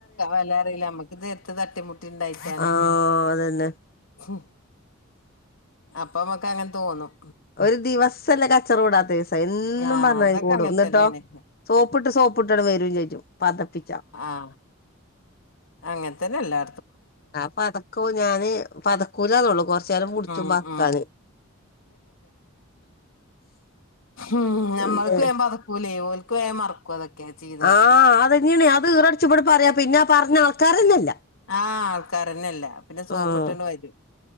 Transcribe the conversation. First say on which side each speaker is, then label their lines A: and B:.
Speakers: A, on the left; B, on the left.
A: വല അറിയില്ല നമ്മക്ക് നേരത്ത തട്ടിമുട്ടിുണ്ടായിട്ടാണ്
B: ആഹ് അതന്നെ
A: ഫു അപ്പ നമക്ക് അങ്ങനെ തോന്നും.....
B: ഒരു ദിവസല്ലേ കച്ചറ കൂടാത്ത ദിവസം എന്നും
A: ആഹ്
B: പറഞ്ഞ
A: അതൊക്കെ
B: കൂടും
A: അങ്ങനെ
B: എന്നന്ന്ട്ടോ....
A: തന്നെയാണ്
B: സോപ്പിട്ട് സോപ്പിട്ടട വരും ചേച്ചു പതപ്പിച്ചാ......
A: ആ അങ്ങനെത്തന്നെ എല്ലാ
B: ആ പതക്കോ ഞാന് പതക്കൂലാന്നള്ളൂ കുറച്ച നേരം കുടിച്ചും
A: ഉം
B: പതക്കാന്.
A: ഉം ഉം ഞമ്മൾക്ക്
B: പിന്നെ
A: വേം വിയുമ്പോ അതൊക്കൂല മറക്കും ചെയ്തൊക്കെ
B: ആഹ് അതന്നെയണ അത് വീറടിച്ച ഇവിടെ പറയാം പിന്നെ പറഞ്ഞ ആൾക്കാരന്നല്ല
A: ആഹ് ആൾക്കാരന്നെല്ല പിന്നെ സോപ്പിട്ടണ്ട്
B: ആഹ്
A: വരും